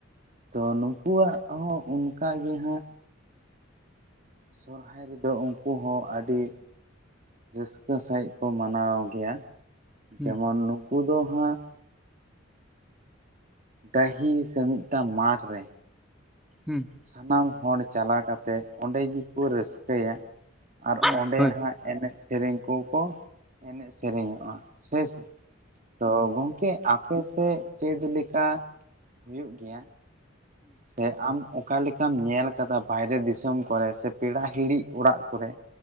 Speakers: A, on the right (about 40°); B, in the centre.
A: ᱛᱚ ᱱᱩᱠᱩᱣᱟᱜ ᱦᱚᱸ ᱚᱱᱠᱟ ᱜᱮ ᱦᱟᱸᱜ ᱥᱚᱨᱦᱟᱭ ᱨᱮᱫᱚ ᱳᱱᱠᱳ ᱦᱚᱸ ᱟᱹᱰᱤ ᱨᱟᱹᱥᱠᱟᱹ ᱥᱟᱦᱤᱡ ᱠᱚ ᱢᱟᱱᱟᱣ ᱜᱮᱭᱟ
B: ᱦᱳᱭ
A: ᱡᱮᱢᱚᱱ ᱱᱩᱠᱩ ᱫᱚ ᱦᱟᱸᱜ ᱰᱟᱹᱦᱤ ᱥᱮ ᱢᱤᱫᱴᱟᱝ ᱢᱟᱴᱷ ᱨᱮ
B: ᱦᱩᱸ
A: ᱥᱟᱱᱟᱢ ᱦᱚᱲ ᱪᱟᱞᱟ ᱠᱟᱛᱮ ᱚᱸᱰᱮ ᱜᱤᱠᱚ ᱨᱟᱹᱥᱠᱟᱹ ᱭᱟ ᱟᱨ
B: ᱟᱪᱪᱷᱟ
A: ᱚᱸᱰᱮ
B: ᱴᱷᱤᱠ
A: ᱦᱟᱸᱜ ᱮᱱᱮᱡ ᱥᱮᱨᱮᱧ ᱠᱚᱠᱚ ᱮᱱᱮᱡ ᱥᱮᱨᱮᱧᱚᱜᱼᱟ ᱥᱮᱭ ᱥᱮ ᱛᱚ ᱜᱚᱝᱠᱮ ᱟᱯᱮ ᱥᱮᱫ ᱪᱮᱫᱽ ᱞᱮᱠᱟ ᱦᱩᱭᱩᱜ ᱜᱮᱭᱟ ᱥᱮ ᱟᱢ ᱚᱠᱟ ᱞᱮᱠᱟᱢ ᱧᱮᱞ ᱠᱟᱫᱟ ᱵᱟᱭᱨᱮ ᱫᱤᱥᱚᱢ ᱠᱚᱨᱮ ᱥᱮ ᱯᱮᱲᱟ ᱦᱤᱲᱤ ᱚᱲᱟᱜ ᱠᱚᱨᱮ